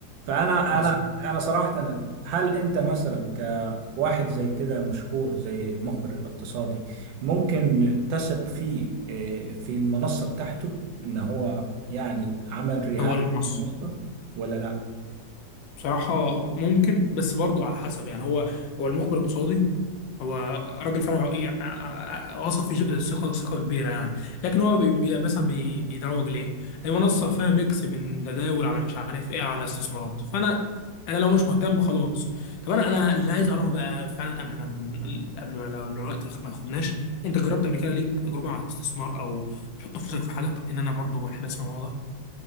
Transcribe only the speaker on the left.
واثق
هو اللي بنص
بصراحة ممكن بس برضه على حسب يعني هو هو المخبر الاقتصادي هو راجل فعلا يعني واثق فيه ثقة ثقة كبيرة يعني لكن هو بي بي- مثلا بي بيدروج ليه؟ هي منصة فيها ميكس من تداول على مش عارف ايه على استثمارات فأنا أنا لو مش مهتم خلاص طب أنا أنا اللي عايز أعرفه بقى فعلا قبل ما ن- قبل ما لو لو الوقت ما ياخدناش أنت جربت قبل كده ليك تجربة على استثمار أو تحط فلوسك في حاجة؟ لأن أنا برضه بحب أسمع الموضوع ده